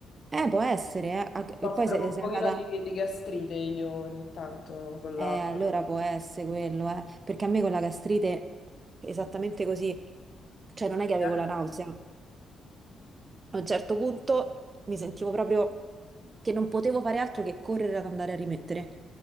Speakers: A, on the right; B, on the left.
A: Eh, può essere, eh. Ah,
B: Soffro
A: E poi se
B: un
A: sei
B: pochino
A: andata...
B: di, di gastrite io ogni tanto con la,
A: Eh, allora
B: con la
A: può essere quello, eh. Perché a me con la gastrite, esattamente così, cioè
B: fruttiera.
A: non è che avevo la nausea. A un certo punto mi sentivo proprio che non potevo fare altro che correre ad andare a rimettere.